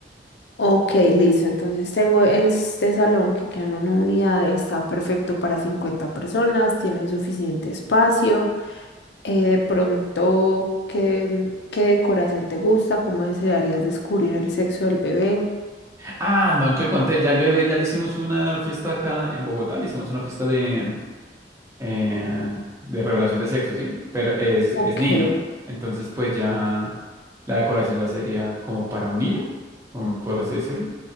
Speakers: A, on the left; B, on the right.
A: Ok, listo. Entonces tengo el- este salón que queda en una unidad, está perfecto para 50 personas, tiene suficiente espacio. Eh, de pronto, ¿qué, mm, qué decoración te gusta? ¿Cómo desearías descubrir el sexo del bebé?
B: Ah, no te conté, ya el bebé, ya le hicimos una fiesta acá en Bogotá, le hicimos una fiesta de eh, de revelación de sexo, ¿sí? Pero es,
A: Ok,
B: es niño. Entonces, pues ya la decoración ya sería como para un niño, como por así decirlo.